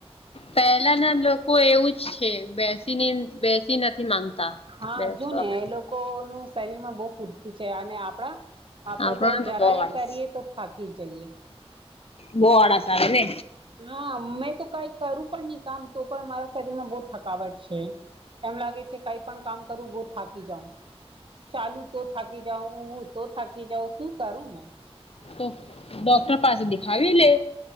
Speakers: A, on the left (about 65°); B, on the right (about 50°).
A: પહેલા ના લોકો એવું જ છે બેસીને બેસી નથી માંગતા
B: હા
A: બેસવા
B: જોુ ને
A: માટે
B: એ લોકો નું શરીર માં બહુ ફુરતી છે અને આપ આપડે
A: આપણાને
B: તો જરાય
A: બહુ આળસ
B: કરીએ તો થાકી જ જઈએ
A: બહવાળકાર ને
B: હા મેં તો કઈ કરું પણ નહી કામ તો પણ મારા શરીરમાં બહ થકાવટ છે એમ લાગે છે કઈ પણ કામ કરવું બહુ થાકી જાઉં ચાલુ તો થાકી જાવ હું તો થાકી જઉ શું કરું મેં
A: તો ડોક્ટર પાસે દેખાવી લે